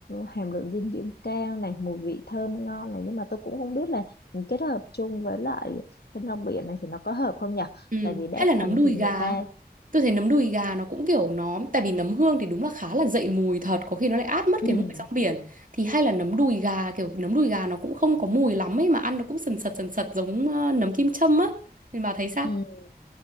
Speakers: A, on the left; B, on the right.
A: hàm lượng dinh dưỡng cao này mùi vị thơm ngon này nhưng mà tôi cũng không biết là kết hợp chung với lại cái rong biển này thì nó có hợp không nhỉ
B: Ừ.
A: tại vì đa
B: Hay là nấm
A: phần
B: đùi
A: thì người
B: gà
A: ta
B: Tôi thấy nấm đùi gà nó cũng kiểu nó Tại vì nấm hương thì đúng là khá là dậy mùi thật Có khi nó lại át mất
A: ừ,
B: cái mùi rong biển Thì hay là nấm đùi gà Kiểu nấm đùi gà nó cũng không có mùi lắm ấy Mà ăn nó cũng sần sật sần sật giống ờ, nấm kim châm á Nên bà thấy sao
A: ừ,